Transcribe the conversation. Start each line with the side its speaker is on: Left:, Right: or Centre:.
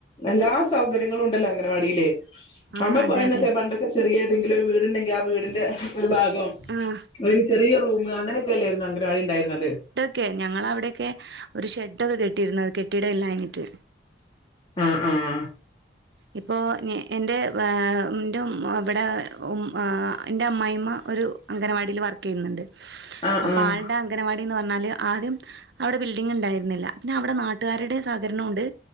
Left: എല്ലാ സൗകര്യങ്ങളുണ്ടല്ലോ അംഗനവാടീല്
Right: ആ
Left: നമ്മള്
Right: അതെ
Left: പോയന്നൊക്കെ
Right: അതെ
Left: പണ്ടൊക്കെ ചെറിയ ഏതെങ്കിലും ഒരു വീടുണ്ടെങ്കിൽ ആ വീടിന്റെ ഒരു ഭാഗം
Right: ആഹ്
Left: അല്ലെങ്കി ചെറിയ റൂം അങ്ങനെയൊക്കെയല്ലായിരുന്നോ അംഗനവാടിണ്ടായിരുന്നത്
Right: ക്കെ ഞങ്ങളവിടെയൊക്കെ ഒരു ഷെഡൊക്കെ കെട്ടിയിരുന്നത് കെട്ടിട ഇല്ലാഞ്ഞിട്ട്
Left: ആഹ് ആഹ്
Right: ഇപ്പോ നി എന്റെ വെ ഉം ന്റെ മ് ഇവിടെ ഉം ആ എന്റെ അമ്മായിയമ്മ ഒരു അംഗനവാടീല് വർക്കെയ്യുന്നുണ്ട്
Left: ആഹ്
Right: അപ്പം
Left: ആഹ്
Right: ആൾടെ അംഗനവാടീന്നു പറഞ്ഞാല് ആദ്യം അവിടെ ബിൽഡിങ്ങുണ്ടായിരുന്നില്ല പിന്നെ അവിടെ നാട്ടുകാരുടെ സഹകരണൊണ്ട്.